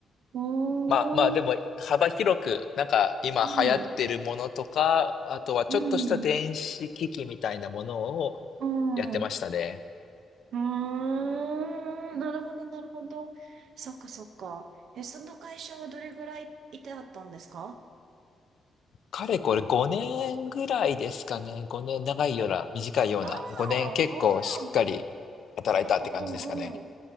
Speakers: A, on the right; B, on the left.
A: おー、
B: まあまあでも幅広く、なんか今流行ってるものとか、
A: うん、
B: あとはちょっとした電子機器みたいなものを
A: うん、うん。
B: やってましたね。
A: うーん、なるほど、なるほど。そっか、そっか。え、その会社はどれぐらいいてあったんですか
B: かれこれ5年ぐらいですかね。5年、長いような、短いような。
A: あ
B: 5年結構しっかり
A: あ、ああ、
B: 働いたって感じですかね。
A: うんうんうん。